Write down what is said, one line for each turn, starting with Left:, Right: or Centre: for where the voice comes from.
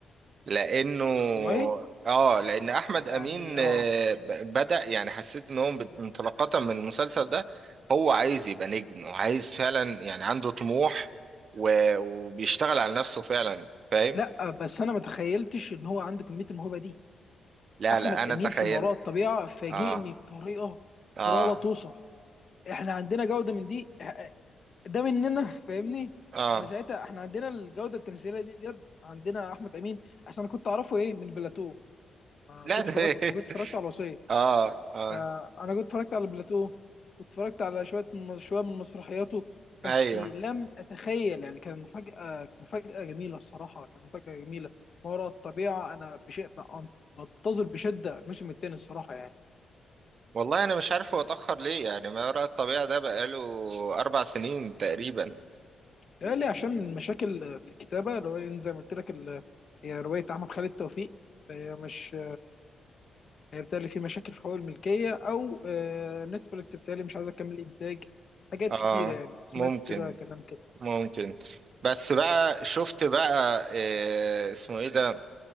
Right: لانه
Left: والله
Right: اه لان احمد امين
Left: يعني آه
Right: آه، ب- بدا يعني حسيت ان هو بت- انطلاقه من المسلسل ده هو عايز يبقى نجم وعايز فعلا يعني عنده طموح و- وبيشتغل على نفسه فعلا فاهم
Left: لا بس أنا ما تخيلتش إن هو عنده كمية الموهبة دي
Right: لا
Left: احمد
Right: لا انا
Left: امين
Right: تخيلت
Left: في ما وراء الطبيعه فاجئني
Right: اه
Left: بطريقه
Right: اه
Left: طريقه لا توصف احنا عندنا جوده من دي إح- ده مننا فاهمني
Right: اه
Left: انا ساعتها احنا عندنا الجوده التمثيليه دي بجد عندنا احمد امين عشان انا كنت اعرفه ايه من بلاتو ما
Right: لا
Left: كنتش
Right: ده <laughs>
Left: اتفرجت ما كنتش اتفرجت على الوصيه
Right: اه اه
Left: فانا كنت اتفرجت على بلاتو كنت اتفرجت على شويه من شويه من مسرحياته بس
Right: ايوه
Left: لم اتخيل يعني كان مفاجاه مفاجاه جميله الصراحه كان مفاجاه جميله ما وراء الطبيعه انا بشيء بنتظر بشده الموسم الثاني الصراحه يعني
Right: والله انا مش عارف هو اتاخر ليه يعني ما وراء الطبيعه ده بقاله اربع سنين تقريبا
Left: قال لي عشان المشاكل في الكتابة اللي هو لأن زي ما قلت لك ال- هي رواية أحمد خالد توفيق فهي مش هي بتهيألي في مشاكل في حقوق الملكية أو آه، نتفليكس بتهيألي مش عايزة تكمل إنتاج حاجات
Right: اه
Left: كتيرة يعني سمعت
Right: ممكن
Left: كده كلام كده
Right: ممكن بس بقى شفت بقى إيه اسمه ايه ده